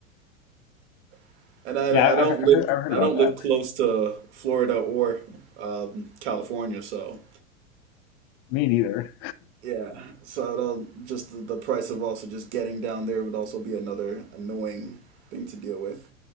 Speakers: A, on the right; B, on the left.
A: <laughs> and I
B: Yeah, I-
A: I don't
B: I've,
A: live
B: I've heard I've heard
A: I
B: about
A: don't
B: that.
A: live close to Florida or um, California, so
B: Me neither.
A: Yeah, so it'll just the, the price of also just getting down there would also be another annoying thing to deal with.